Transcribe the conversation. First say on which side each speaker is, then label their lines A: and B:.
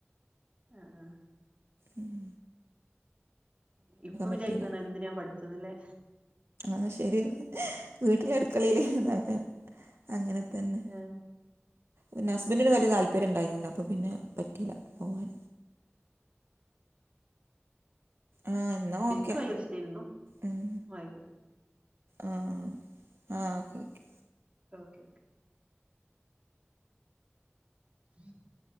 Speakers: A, on the right; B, on the right.
A: ആഹ് ആഹ്.
B: ഉം.
A: ഇപ്പൊ വിചാരിക്കുന്ന
B: പറ്റിയില്ല
A: എന്തിനാ പഠിച്ചത് ന്നില്ലെ?
B: അയ് ശരിന്നേ വീട്ടില് അടുക്കളയിൽ ഇതാക്കാൻ അങ്ങനെ തന്നെ
A: ആഹ്
B: പിന്നേ
A: ആഹ്
B: ഹസ്ബന്റിന് വലിയ താല്പര്യം ഉണ്ടായിരുന്നില്ല അപ്പൊ പിന്നെ പറ്റിയില്ല പോവാൻ. ആഹ് എന്നാ ഓക്കെ
A: എനിക്ക് ഭയങ്കര ഇഷ്ടായിരുന്നു
B: ഉം.
A: ഓക്കെ
B: ആഹ് ആഹ് ഓക്കെ ഓക്കെ...
A: ഓക്കെ ഓക്കെ. ഉം <unintelligible>